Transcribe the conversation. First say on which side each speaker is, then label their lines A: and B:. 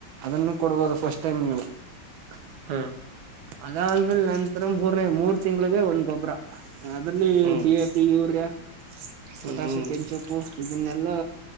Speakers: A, on the right; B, on the right.
A: ಅದನ್ನು ಕೊಡ್ಬೋದು ಫಸ್ಟ್ ಟೈಮ್ ನೀವು <unintelligible>
B: ಹಾ <unintelligible>
A: ಅದಾದ್ಮೇಲೆ ನಂತರ ಮೂರ್ನೇ ಮೂರ್ ತಿಂಗ್ಳಿಗೆ ಒಂದ್ ಗೊಬ್ಬರ <unintelligible> ಹಷ್ಟ <unintelligible> ಅದ್ರಲ್ಲಿ
B: ಹ್ಮ್
A: ಡಿ ಎ ಪಿ ಯೂರಿಯಾ <unintelligible> ಪಟಾಸು
B: ಹ್ಮ್ ಹ್ಮ್ ಹ್ಮ್
A: ಕೆಂಚುಪು <unintelligible> ಇದನ್ನೆಲ್ಲಾ